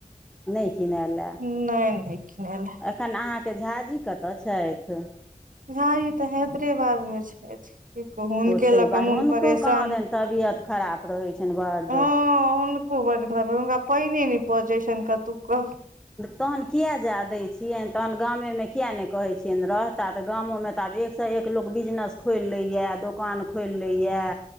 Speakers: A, in the centre; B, on the right (about 75°).
A: नहि किनै ल
B: नहि, नहि किरएल या
A: एखन अहाँकेँ झाजी कतऽ छथि
B: झाझी तऽ हैदराेबाद मे छथि की कहू हुनके
A: ओतहि
B: लऽ
A: बाहर
B: कऽ मन
A: हुनको
B: परेशान
A: कहाँ दनि तबियत खराब रहै छनि बड्ड
B: ह कोनका पहिने न पहुँचै छैनिका तुका।
A: तहन किया जा दै छियनि तहन गामे मे किएक नहि कहै छियनि रहता तऽ गामो मे त आब एकसँ एक लोक बिजनेस खोलि लैए दोकान खोलि लैय